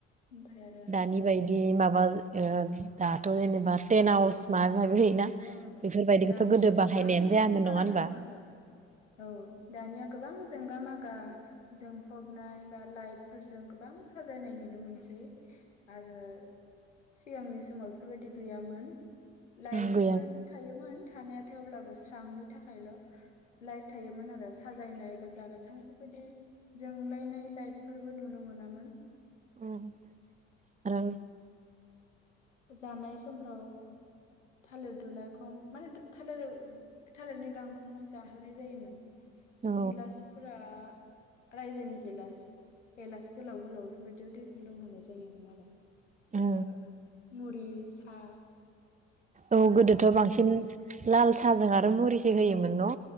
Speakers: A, on the left; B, on the right.
A: ओमफ्राय आरो
B: दानि बायदि माबा। ओ दाथ' जेनेबा टेनहाउस माबा माबि। होयोना
A: औ
B: बेफोरबायदिखौथ'
A: दानिया
B: गोदो बाहायनायानो
A: गोबां
B: जायामोन
A: फाराग
B: नङा होनबा
A: दं आरो औ दानिया गोबां जोंगा मागा। <unintelligible> जोंफबनाय बा लाइटफोरजों गोबां साजायनाय नुनो मोनसै। आरो। सिगांनि समाव बेफोरबायदि गैयामोन। लाइट।
B: औ गैया
A: फोर थायोमोन। थानायाथाय अब्लाबो स्रांनि थाखायल' लाइट थायोमोन आरो साजायनाय गोजा गोथां बेफोरबायदि जोंलायनाय लाइटफोरबो नुनो मोनामोन।
B: ओं आरो आं।
A: जानाय समफ्राव थालिर दुनायखं माहोनो थालिर थालिरनि गांखंआव जाहोनाय जायोमोन।
B: औ
A: गिलासफोरा। रायजोनि गेलास गेलास गोलाव गोलाव बेफोरबायदियाव दैखौ लोंहोनाय जायोमोन आरो।
B: औ
A: आरो। मुरै, सा।
B: औ गोदोथ' बांसिन लाल साहाजों आरो। <unintelligible> मुरिसो होयोमोन न'?